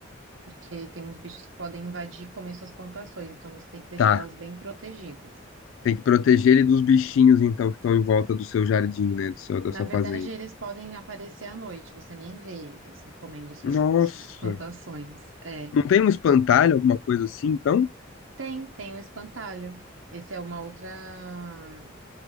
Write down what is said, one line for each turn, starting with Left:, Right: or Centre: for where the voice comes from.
Right: Porque tem uns bichos que podem invadir e comer suas plantações, então você tem que deixá-las
Left: Tá,
Right: bem protegidas.
Left: Tem que proteger ele dos bichinhos, então, que estão em volta do seu jardim, né? Do seu, da
Right: Na
Left: sua
Right: verdade,
Left: fazenda.
Right: eles podem aparecer à noite, você nem vê eles comendo suas,
Left: Nossa.
Right: as suas plantações. É.
Left: Não tem um espantalho, alguma coisa assim, então?
Right: Tem, tem o espantalho. Esse é uma outra,